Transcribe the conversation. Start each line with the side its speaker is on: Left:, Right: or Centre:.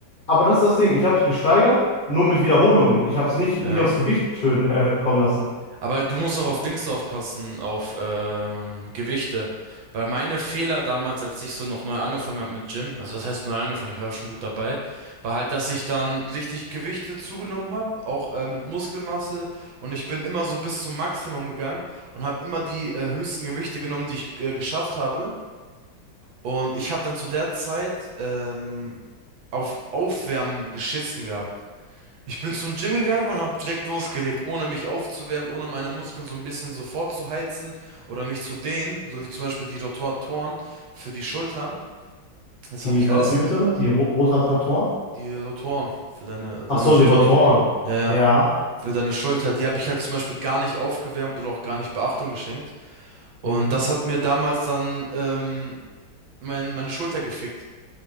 Left: aber das ist das Ding, ich habe es gesteigert, nur mit Wiederholungen. Ich habe es nicht,
Right: Ja.
Left: nicht aufs Gewicht schön äh, kommen lassen.
Right: Aber du musst auch auf Dings aufpassen, auf ähm, Gewichte. Weil meine Fehler damals, als ich so noch neu angefangen habe mit Gym, also das heißt neu angefangen, ich war schon gut dabei, war halt, dass ich dann richtig Gewichte zugenommen habe, auch äh, mit Muskelmasse. Und ich bin immer so bis zum Maximum gegangen und habe immer die äh, höchsten Gewichte genommen, die ich äh, geschafft habe. Und ich habe dann zu der Zeit ähm, auf Aufwärmen geschissen gehabt. Ich bin zum Gym gegangen und habe direkt losgelegt, ohne mich aufzuwärmen, ohne meine Muskeln so ein bisschen so vorzuheizen oder mich zu dehnen, so wie zum Beispiel die Rotatoren für die Schultern. Das
Left: Die,
Right: habe ich
Left: wa-
Right: alles,
Left: wie bitte?
Right: in-
Left: Die Ro Rotatoren?
Right: die Rotoren für deine, deine
Left: Ach so,
Right: Rotoren,
Left: die Rotoren.
Right: ja, ja,
Left: Ja.
Right: für deine Schulter, die habe ich halt zum Beispiel gar nicht aufgewärmt oder auch gar nicht Beachtung geschenkt. Und
Left: Mhm.
Right: das hat mir damals dann ähm, mein, meine Schulter gefickt.